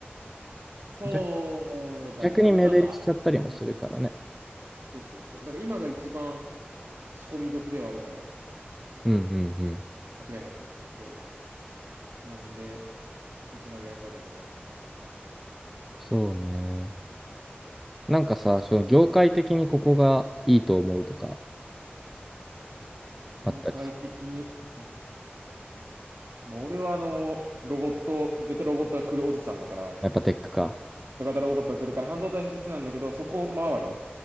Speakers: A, on the right; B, in the centre.
A: そうだね。
B: 逆逆に目減りしちゃったりもするからね。
A: 今が、うんそうそうそう。だから今が一番仕込み時ではあるから、
B: うんうんうん。
A: 間違いなく。そう。なんで、どこまでやるかだよな。
B: そうね。なんかさ、その業界的にここがいいと思うとか
A: 業界的に。
B: あったりする。
A: うん。まあ、俺はあの、ロボット、絶対ロボットが来るおじさんだから、
B: やっぱテックか。
A: 小型ロボットが来るから半導体必須なんだけど、そこ周り。